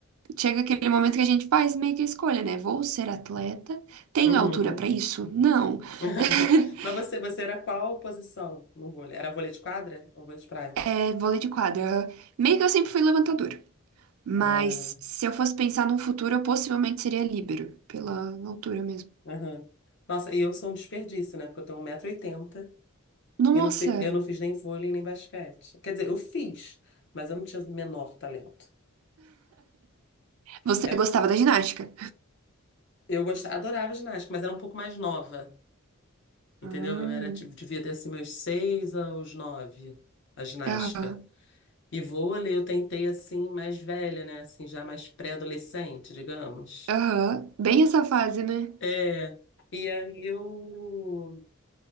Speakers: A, on the right; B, on the left.
A: chega aquele momento que a gente faz meio que a escolha, né? Vou ser atleta? Tenho
B: Uhum.
A: altura para isso? Não. <laughs>
B: <laughs> Mas você, você era qual posição no vôlei? Era vôlei de quadra ou vôlei de praia?
A: É, vôlei de quadra. Meio que eu sempre fui levantadora. Mas
B: Ah,
A: se eu fosse pensar num futuro, eu possivelmente seria líbero, pela altura mesmo.
B: aham. Nossa, e eu sou um desperdício, né? Porque eu tenho 1,80m e oitenta
A: Nossa!
B: e não fi- eu não fiz nem vôlei nem basquete. Quer dizer, eu fiz, mas eu não tinha o menor talento.
A: Você
B: É,
A: gostava da ginástica?
B: eu gostava, adorava ginástica, mas era um pouco mais nova, entendeu?
A: Hum.
B: Eu era, tipo, devia ter assim meus seis aos nove, a ginástica.
A: Aham,
B: E vôlei eu tentei assim, mais velha, né? Assim, já mais pré-adolescente, digamos.
A: aham. Bem essa fase, né?
B: É, e aí eu.